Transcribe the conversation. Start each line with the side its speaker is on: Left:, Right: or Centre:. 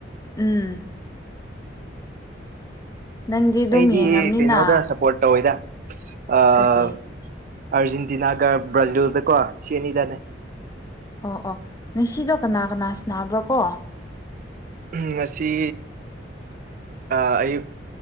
Left: ꯎꯝ ꯅꯪꯗꯤ ꯑꯗꯨꯝ
Right: ꯑꯩꯗꯤ
Left: ꯌꯦꯡꯉꯝꯅꯤꯅ
Right: ꯀꯩꯅꯣꯗ ꯁꯞꯄꯣꯔꯠ ꯇꯧꯋꯦꯗ ꯑ ꯑꯥꯔꯖꯦꯟꯇꯤꯅꯥꯒ
Left: ꯀꯔꯤ
Right: ꯕ꯭ꯔꯥꯖꯤꯜꯗꯀꯣ ꯁꯤ ꯑꯅꯤꯗꯅꯦ
Left: ꯑꯣ ꯑꯣ ꯉꯁꯤꯗꯣ ꯀꯅꯥ ꯀꯅꯥ ꯁꯅꯥꯕ꯭ꯔꯣ ꯀꯣ
Right: ꯎꯝ ꯉꯁꯤ ꯑ ꯑꯌꯨꯛ